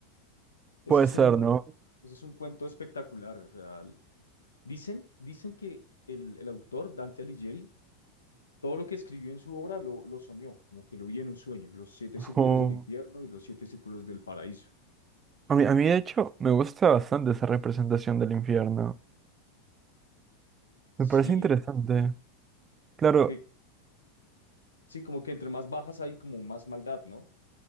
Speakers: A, on the left; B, on the right.
A: Ese
B: puede
A: es
B: ser,
A: un,
B: ¿no?
A: ese es un cuento espectacular. O sea, l- dicen, dicen que el, el autor, Dante Alighieri, todo lo que escribió en su obra lo, lo soñó, como que lo vi en un sueño, los siete círculos
B: O-
A: del infierno y los siete círculos del paraíso.
B: A mí, a mí, de hecho, me gusta bastante esa representación del infierno. Me
A: Sí,
B: parece interesante. Claro,
A: porque Sí, como que entre más bajas hay como más maldad, ¿no?